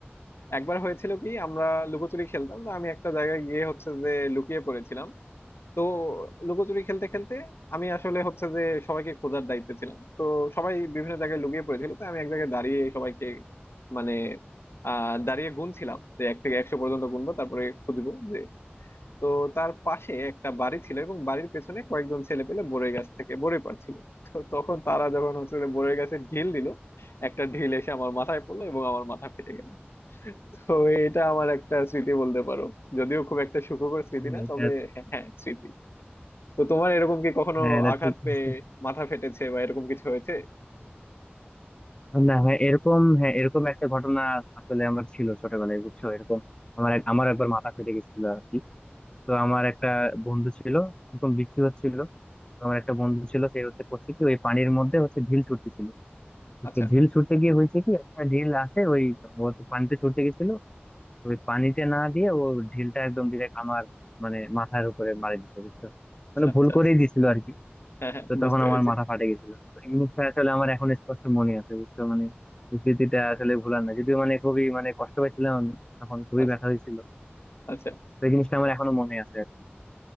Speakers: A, on the left; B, on the left.
A: একবার হয়েছিল কি আমরা লুকোচুরি খেলতাম তো আমি একটা জায়গায় গিয়ে হচ্ছে যে লুকিয়ে পড়েছিলাম তো লুকোচুরি খেলতে খেলতে আমি আসলে হচ্ছে যে সবাইকে খোঁজার দায়িত্বে ছিলাম তো সবাই বিভিন্ন জায়গায় লুকিয়ে পড়েছিল তো আমি এক জায়গায় দাঁড়িয়ে সবাইকে মানে আহ দাঁড়িয়ে গুনছিলাম যে এক থেকে একশো পর্যন্ত গুনবো তারপরে খুঁজবো তো তার পাশে একটা বাড়ি ছিল এবং বাড়ির পেছনে কয়েকজন ছেলে পেলে বরই গাছ থেকে বরই পাড়ছিল তো তখন তারা যখন হচ্ছে যে বরই গাছে ঢিল দিল একটা ঢিল এসে আমার মাথায় পড়লো এবং আমার মাথা ফেটে গেল তো এটা আমার একটা স্মৃতি বলতে পারো যদিও খুব একটা সুখকর স্মৃতি
B: হ্যাঁ,
A: না
B: এটা
A: তবে হ্যাঁ হ্যাঁ, স্মৃতি তো তোমার এরকম কি কখনো
B: হ্যাঁ এটা
A: আঘাত
B: ঠিক
A: পেয়ে
B: আছে।
A: মাথা ফেটেছে বা এরকম কিছু হয়েছে
B: না হ্যাঁ এরকম হ্যাঁ এরকম একটা ঘটনা আসলে আমার ছিল ছোটবেলায় বুঝছো এরকম আমার এক- আমার একবার মাথা ফেটে গেছিল আর কি তো আমার একটা বন্ধু ছিল এরকম বৃষ্টি হচ্ছিল তো আমার একটা বন্ধু ছিল সে হচ্ছে করছে কি ওই পানির মধ্যে হচ্ছে ঢিল ছুটতেছিল তো
A: আচ্ছা
B: সে ঢিল ছুটতে গিয়ে হয়েছে কি একটা ঢিল আসে ওই ও তো পানিতে ছুটতে গেছিল ওই পানিতে না দিয়ে ও ঢিলটা একদম ডিরেক্ট আমার মানে মাথার উপরে মারি দিছে বুঝছো মানে
A: আচ্ছা
B: ভুল
A: আচ্ছা
B: করেই দিছিল আর কি
A: হ্যাঁ হ্যাঁ
B: তো
A: বুঝতে
B: তখন
A: পেরেছি
B: আমার মাথা ফাটে গেছিল তো এই মুহূর্তে আসলে আমার এখন স্পষ্ট মনে আছে বুঝছো মানে স্মৃতিটা আসলে ভুলার না যদিও মানে খুবই মানে কষ্ট পাইছিলাম আমি তখন খুবই
A: আচ্ছা
B: ব্যথা হয়েছিল
A: আচ্ছা
B: তো এই জিনিসটা আমার এখনো মনে আছে আর কি